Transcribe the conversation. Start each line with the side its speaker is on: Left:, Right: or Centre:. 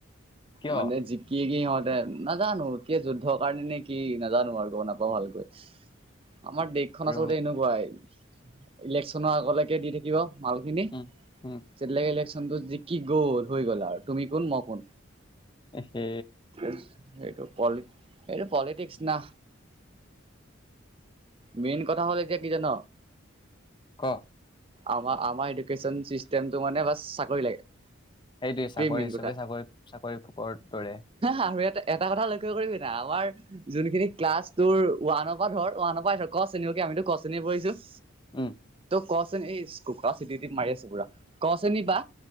Left: কিয়
Right: মানে জিকি কি হয়? নাজানোঁ কিয় যুদ্ধৰ কাৰণে নে কি নাজানোঁ আৰু গম নাপাওঁ ভালকৈ। আমাৰ দেশখন
Left: প্ৰ
Right: আচলতে এনেকুৱাই। ইলেকচনৰ আগলৈকে দি থাকিব। মালখিনি,
Left: উম, উম,
Right: যেতিয়ালৈকে ইলেকচন সন্তোষ জিকি গ'ল, হৈ গ'ল আৰু তুমি কোন! মই কোন?
Left: এসে
Right: <inaudible> এইটো প'লিটিক্স না, মেইন কথা হ'ল এতিয়া কি জান'?
Left: ক'
Right: আমাৰ-আমাৰ এডুকেচন চিষ্টেমটো মানে বাচ! চাকৰি লাগে।
Left: সেইটোৱে চাকৰি
Right: মেইন
Left: হিচাবে
Right: কথা।
Left: <unintelligible> চাকৰি-চাকৰি কৰা দৰে।
Right: আৰু এটা কথা লক্ষ্য কৰিবি না! আমাৰ যোনখিনি ক্লাছ টুৰ ওৱানৰ পৰা ধৰ, ওৱানৰ পৰাই ধৰ ক শ্ৰেণীলৈকে আমিতো ক শ্ৰেণীহে পঢ়িছোঁ।
Left: উম।
Right: ক'চোন এইছ কোকা চিটি টিপ মাৰি আছে পুৰা ক শ্ৰেণী বা